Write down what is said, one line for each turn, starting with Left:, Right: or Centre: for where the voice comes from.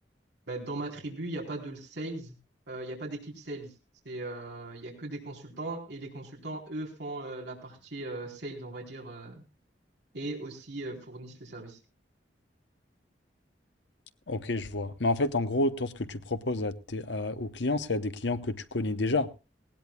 Right: Ben, dans ma tribu, il n'y a pas de sales, euh, il n'y a pas d'équipe sales. C'est, euh, il n'y a que des consultants et les consultants, eux, font euh, la partie euh, sales, on va dire, euh, et aussi euh, fournissent le service.
Left: Ok, je vois. Mais en fait, en gros, toi, ce que tu proposes à tes- à- aux clients, c'est à des clients que tu connais déjà.